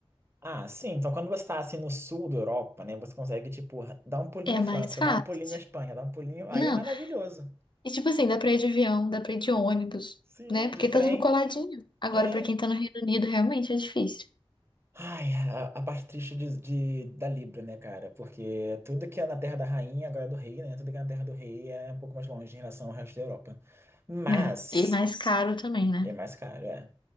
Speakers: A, on the right; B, on the left.
A: Ah, sim, então quando você tá assim no sul da Europa, né, você consegue, tipo, dar um pulinho
B: É mais
A: à França,
B: fácil.
A: dar um pulinho à Espanha, dar um pulinho, aí
B: Não,
A: é maravilhoso.
B: e tipo assim, dá para ir de avião, dá para ir de ônibus,
A: Sim,
B: né? Porque
A: de trem,
B: tá tudo coladinho. Agora,
A: é.
B: para quem tá no Reino Unido, realmente é difícil.
A: Ai, a, a parte triste de, de- da Libra, né, cara? Porque tudo que é na terra da rainha, agora é do rei, né, tudo que é na terra do rei é um pouco mais longe em relação ao resto da Europa. Mas,
B: É. E mais caro também, né?
A: é mais caro, é.